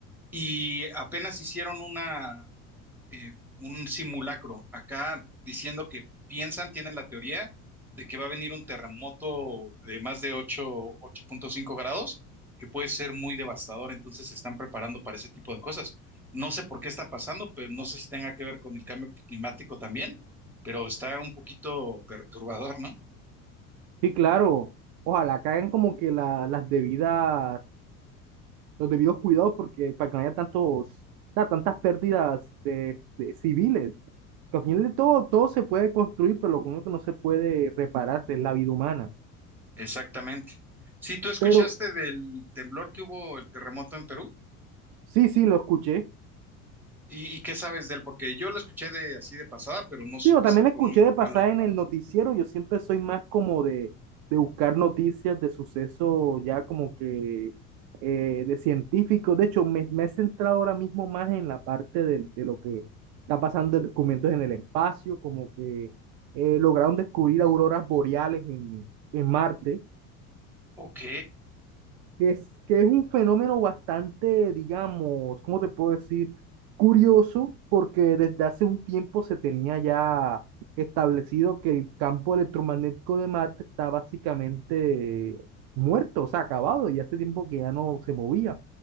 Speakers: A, in the centre; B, on the right.
A: y apenas hicieron una, eh, un simulacro acá diciendo que piensan, tienen la teoría de que va a venir un terremoto de más de ocho ocho punto cinco grados, que puede ser muy devastador, entonces se están preparando para ese tipo de cosas. No sé por qué está pasando, pero no sé si tenga que ver con el cambio climático también, pero está un poquito perturbador, ¿no?
B: Sí, claro, ojalá caigan como que la- las debidas, los debidos cuidados porque para que no haya tantos, o sea, tantas pérdidas de de civiles. Al final de todo, todo se puede construir, pero lo único que no se puede repararse es la vida humana.
A: Exactamente. Si tú escuchaste
B: Pero
A: del temblor que hubo, el terremoto en Perú,
B: sí, sí, lo escuché.
A: ¿Y, y qué sabes de él? Porque yo lo escuché de así de pasada, pero no supe
B: Sí, Yo también
A: si
B: lo
A: fue
B: escuché
A: muy
B: de
A: malo.
B: pasar en el noticiero. Yo siempre soy más como de, de buscar noticias de sucesos ya como que eh, de científicos. De hecho, me, me he centrado ahora mismo más en la parte del de lo que está pasando de documentos en el espacio, como que eh, lograron descubrir auroras boreales en, en Marte
A: Ok,
B: que es, que es un fenómeno bastante, digamos, ¿cómo te puedo decir? Curioso, porque desde hace un tiempo se tenía ya establecido que el campo electromagnético de Marte está básicamente muerto, o sea, acabado, y hace tiempo que ya no se movía.